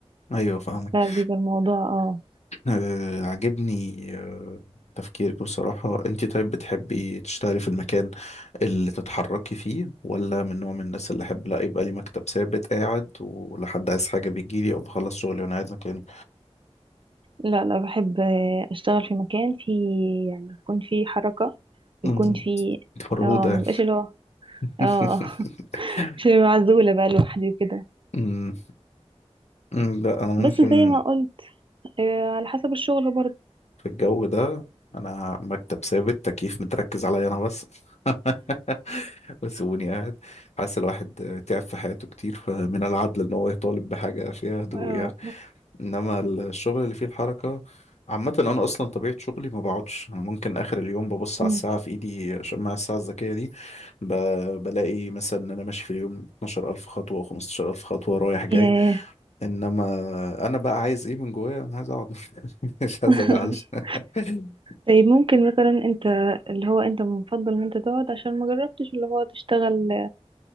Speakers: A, on the left; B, on the right.
A: ايوه فاهمك
B: فبيبقى الموضوع اه
A: آه، عجبني آه، تفكيرك بصراحة انت طيب بتحبي تشتغلي في المكان اللي تتحركي فيه ولا من نوع من الناس اللي احب لا يبقى لي مكتب ثابت قاعد ولحد عايز حاجة بيجيلي او بخلص شغلي وانا قاعد مكاني
B: لا لا بحب اشتغل في مكان فيه يعني يكون فيه حركة ويكون
A: أمم،
B: فيه
A: فرهودة
B: اه مبقاش اللي هو
A: <laughs>
B: اه <laughs> مش اللي هو معزولة بقى لوحدي وكده
A: أمم، أمم، لا انا ممكن
B: بس زي ما قلت آه على حسب الشغل برضه
A: في الجو ده انا مكتب ثابت تكييف متركز عليا انا بس <laughs> وسيبوني قاعد حاسس الواحد تعب في حياته كتير فمن العدل ان هو يطالب بحاجة فيها هدوء
B: آه
A: يعني انما الشغل اللي فيه الحركة عامة انا اصلا طبيعة شغلي ما بقعدش انا ممكن اخر اليوم ببص
B: مم.
A: على الساعة في ايدي شماعة الساعة الذكية دي ب... بلاقي مثلا ان انا ماشي في اليوم 12000 خطوة و15000 خطوة رايح جاي
B: ياه
A: انما انا بقى عايز ايه من جوايا انا عايز اقعد <laughs> مش عايز
B: <laughs>
A: اجعل <laughs>
B: طيب ممكن مثلا انت اللي هو انت بتفضل ان انت تقعد عشان ما جربتش اللي هو تشتغل